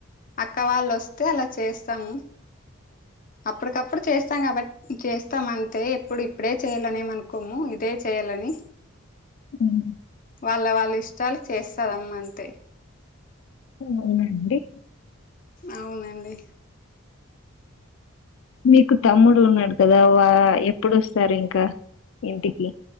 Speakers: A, on the left; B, on the left.
A: అక్క వాళ్ళు వస్తే అలా చేస్తాము అప్పడ్కప్పుడు చేస్తాం కాబట్ చేస్తామ అంతే. ఎప్పుడు ఇప్పుడే చేయాలనేమ అనుకోము ఇదే చేయాలని
B: <inaudible>
A: వాళ్ళ వాళ్ళ ఇష్టాలుక్ చేస్తాదమ్మ అంతే
B: ఊ ఊనండి
A: అవునండి
B: మీకు తమ్ముడు ఉన్నాడు కదా వా ఎప్పుడోస్తారు ఇంకా ఇంటికి